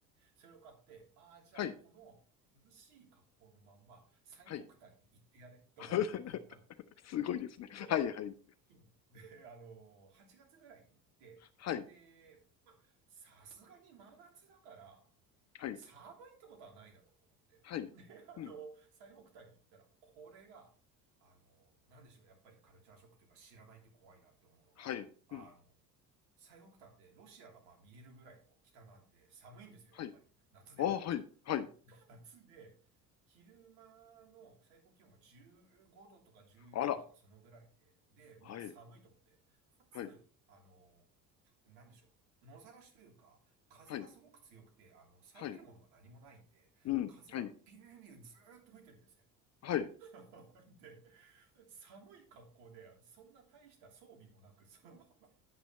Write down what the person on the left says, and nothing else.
はい、
はい。<laughs> すごいですね。
はい、はい、
はい、
はい、
はい、
うん、
はい、
うん、
はい。
ああ、はい、はい。
あら、
はい、
はい、
はい、
はい、うん、
はい、はい、